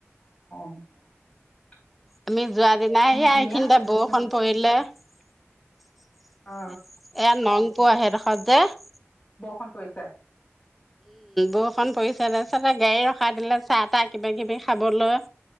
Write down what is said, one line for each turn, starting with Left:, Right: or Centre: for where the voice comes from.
Left: <inaudible>
Centre: আমি যোৱা দিনাই এয়া
Left: ধুনীয়া
Centre: এখিনিতে
Left: কৰিলেচোন
Centre: বৰষুণ পৰিলে। এয়া
Left: অ
Centre: নংপুৰৰ সেইডোখৰত যে উম,
Left: বৰষুণ পৰিছে
Centre: বৰষুণ পৰি <unintelligible> গাড়ী ৰখাই দিলে চাহ-তাহ কিবা-কিবি খাবলৈ।